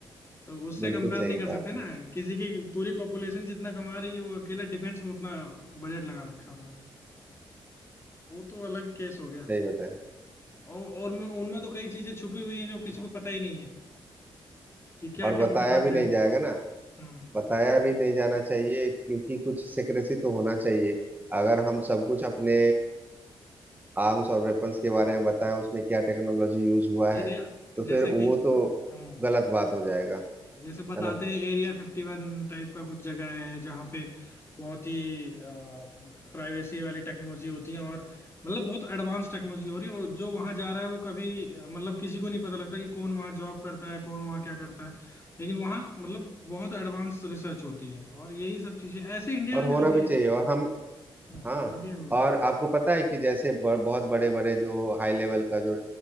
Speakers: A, on the left; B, on the right.
A: तो उससे
B: बिल्कुल
A: कंपेयर
B: सही
A: नहीं कर
B: कहा
A: सकते
B: आपने
A: ना किसी की पूरी पॉपुलेशन जितना कमा रही है वो अकेला डिफेंस में उतना बजट लगा रखा है उन्होंने वो तो अलग केस हो गया
B: सही बताया
A: और और उनमें उनमें तो कई चीजें छुपी हुई हैं जो किसी को पता ही नहीं है कि क्या
B: और
A: क्या
B: बताया
A: उनके पास
B: भी
A: है
B: नहीं जाएगा ना
A: हम्म
B: बताया भी नहीं जाना चाहिए क्योंकि कुछ सिक्रेसी तो होना चाहिए अगर हम सब कुछ अपने आर्म्स और वेपन्स के बारे में बताएं उसमें क्या टेक्नोलॉजी यूज हुआ
A: एरिया
B: है तो
A: जैसे
B: फिर वो
A: कि
B: तो
A: हम्म।
B: गलत बात हो जाएगा
A: जैसे बताते
B: है ना
A: हैं एरिया फिफ्टी वन टाइप का कुछ जगह है जहाँ पे बहुत ही प्राइवेसी वाली टेक्नोलॉजी होती है और मतलब बहुत एडवांस टेक्नोलॉजी हो रही है और जो वहाँ जा रहा है वो कभी अ, मतलब किसी को नहीं पता लगता कि कौन वहाँ जॉब करता है कौन वहाँ क्या करता है लेकिन वहाँ मतलब बहुत एडवांस रिसर्च होती है और यही सब चीजें ऐसे इंडिया
B: और
A: में
B: होना
A: भी होती
B: भी
A: है
B: चाहिए और हम
A: हाँ
B: हाँ
A: इंडिया में भी होती
B: और
A: है
B: आपको पता है कि जैसे ब- बहुत बड़े बड़े जो हाई लेवल का जो